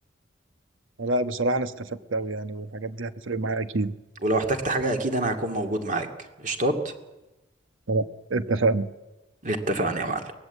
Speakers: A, on the right; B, on the right.
A: لا بصراحة أنا استفدت أوي يعني والحاجات دي هتفرق معايا أكيد
B: ولو احتجت حاجة اكيد انا هكون موجود معاك قشطات
A: خلاص، اتفقنا
B: اتفقنا يا معلم